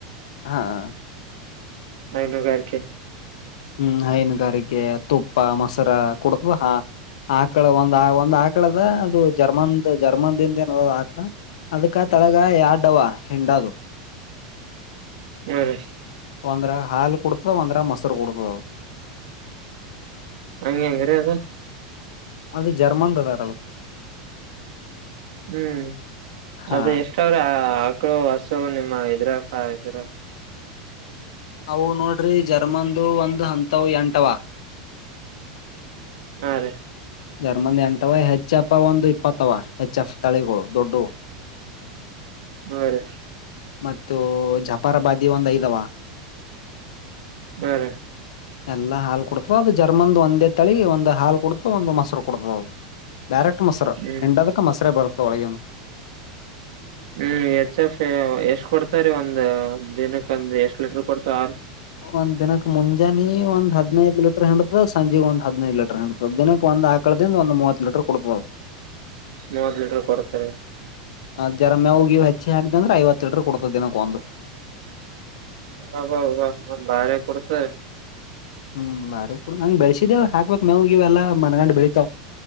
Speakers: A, on the left; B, on the right.
A: ಹಾ-
B: ಅನುಾರಕ್ಕೆ <unintelligible>
A: ಹ್ಮ್- ಹೈನುಗಾರಿಕೆ ತುಪ್ಪ ಮೊಸರಾ ಕುಡದ್ವಾ- ಹ ಆಕಳ ಒಂದ ಒಂದ್ ಆಕಳದ ಅದು ಜರ್ಮನ್ ಜರ್ಮನ್ದ ಏನ ಆಕ್ತ ಅದಕ ತಳಗ ಯಾರ್ಡವ ಹೆಂಡದು.
B: ಹ್ಮ್ -ರಿ.
A: ಒಂದ್ರ ಹಾಲು ಕುಡ್ತದ ಒಂದ್ರ ಮೊಸರು ಕುಡ್ತದ.
B: ಹಂಗೆ ಹೆಂಗ್ರೀ ಅದು
A: ಅದು ಜರ್ಮಂದ ತಾಡದು.
B: ಹ್ಮ್-
A: ಹಾ
B: ಅದು ಎಷ್ಟ ಅವ್ರ ಮಕ್ಕಳು ಹಸು ನಿಮ್ಮ ಹದರದರ
A: ಅವು ನೋಡ್ರಿ ಜರ್ಮನ್ದು ಒಂದು ಹಂತವು ಎಂಟವಾ.
B: ಹಾ -ರೀ
A: ಜರ್ಮನ್ ಎಂಟವ ಹೆಚ್ಪ್ಪ ಒಂದು ಇಪ್ಪತ್ತವ ಹೆಚ್ಫ ತಳಿಗಳು ದೊಡ್ಡ.
B: ಹಾ ರೀ
A: ಮತ್ತು ಜಪಾರ ಬಾದಿ ಒಂದ್ ಐದವಾ.
B: ಹರಿ
A: ಎಲ್ಲಾ ಹಾಲ್ ಕೊಡ್ತವ ಅದು ಜರ್ಮನ್ದ ಒಂದೇ ತಳಿ ಒಂದು ಹಾಲ್ ಕೊಡ್ತವ ಒಂದು ಮೊಸರು ಕೊಡ್ತ ಅದು. ಡೈರೆಕ್ಟ್ ಮಸರ
B: ಹ್ಮ್
A: ಎಂಡದಕ್ಕೆ ಮಸರ ಬರತು ಒಳೆಯನ್ನು.
B: ಹ್ಮ್ -ಎಚ್ ಎಫ್ ಎಷ್ಟ್ ಕೊಡ್ತರಿ ಒಂದ ದಿನಕ್ಕೆ ಒಂದ್ ಎಷ್ಟ್ ಲೀಟ್ರ. ಕೊಡ್ತಾರ
A: ಒಂದ ದಿನಕ್ ಮುಂಜಾನೆ ಒಂದ್ ಹದ್ನೈಂದು ಲೀಟರ್ ಹಿಂಡತ ಸಂಜೆ ಒಂದ ಹದಿ ನೈದು ಲೀಟರ್ ಹಂತವ ದಿನಕ್ಕೆ ಒಂದ್ ಆಕಳದಿಂದ ಒಂದು ಮೂವತ್ತು ಲೀಟರ್ ಕೊಡ್ತವ್.
B: ಮೂವತ್ ಲೀಟರ್ ಕೊಡ್ತಾರೆ.
A: ಅ- ಜರ ಮೇಗೆವು ಹೆಚ್ಚಿ ಹಾಕ್ದೆ ಅಂದ್ರೆ ಐವತ್ತು ಲೀಟರ್ ಕೊಡ್ತದ ದಿನಕ್ಕೊಂದು.
B: ಹಬ ಹಬ ಬಾರ ಕೊಡ್ತದೆ.
A: ಹ್ಮ್- ಬಾರೆ ಪಡ ಹಂಗಗೆ ಬೆಳಸಿದೆವು ಹಾಕ್ಬೇಕ. ಮವುಗವೆಲ್ಲ ಮನಗಂಡ ಬೆಳಿತಾವ